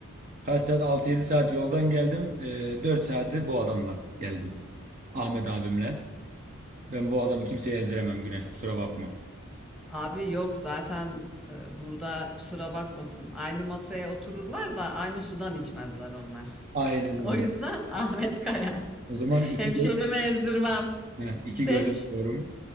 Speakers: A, on the right; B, in the centre.
A: Kaç saat? Altı, yedi saat yoldan geldim. Ee, 4 saati bu adamla geldim. Ahmet abimle. Ben bu adamı kimseye ezdiremem Güneş kusura bakma.
B: Abi yok zaten e, burada kusura bakmasın. Aynı masaya otururlar da aynı sudan içmezler onlar.
A: Aynen
B: <laughs> O
A: öyle.
B: yüzden Ahmet Kaya.
A: O zaman iki,
B: Hemşerime
A: gö
B: ezdirmem.
A: Heh, iki
B: Seç.
A: gözüm diyorum.